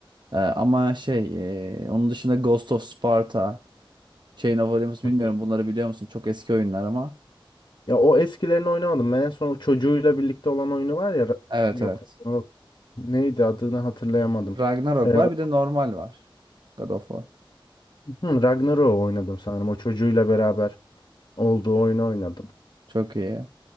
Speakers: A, on the right; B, on the left.
A: E, ama şey e, onun dışında Ghost of Sparta. Chain of Olympus
B: Hı
A: bilmiyorum
B: hı.
A: bunları biliyor musun? Çok eski oyunlar ama.
B: Ya o eskilerini oynamadım. Ben en son o çocuğuyla birlikte olan oyunu var ya. Ra-
A: Evet
B: Yok.
A: evet.
B: yok. Neydi adını hatırlayamadım.
A: Ragnarok
B: Ee,
A: var
B: o-
A: bir de normal var. God of War.
B: Hı, Ragnarok'u oynadım sanırım. O çocuğuyla beraber olduğu oyunu oynadım.
A: Çok iyi.